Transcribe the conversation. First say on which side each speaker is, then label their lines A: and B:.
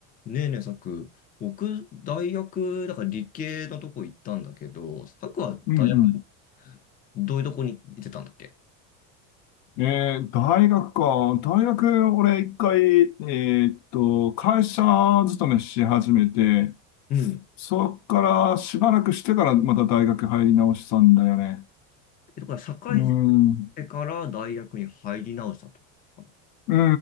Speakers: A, on the left (about 25°); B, on the left (about 65°).
A: ねえねえ、さく、僕、大学、だから理系のとこ行ったんだけど、さくは大学、
B: うん
A: どういうとこに行ってたんだっけ
B: うん。えー、大学か。大学、俺一回、えーっと、会社勤めし始めて、
A: うん。
B: そっからしばらくしてからまた大学入り直したんだよね。
A: え、だから、社会人し
B: うん。
A: てから大学に入り直したってことか
B: う